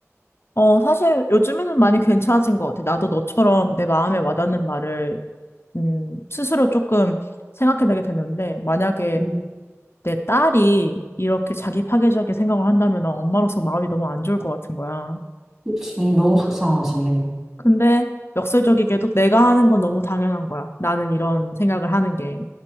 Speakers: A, on the left (about 50°); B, on the right (about 15°).
A: 어, 사실 요즘에는 많이 괜찮아진 것 같아. 나도 너처럼 내 마음에 와닿는 말을, 음, 스스로 조금 생각해내게 됐는데, 만약에
B: 음.
A: 내 딸이 이렇게 자기 파괴적인 생각을 한다면 난 엄마로서 마음이 너무 안 좋을 것 같은 거야.
B: 그치, 너무 속상하지.
A: 근데 역설적이게도 내가 하는 건 너무 당연한 거야. 나는 이런 생각을 하는 게.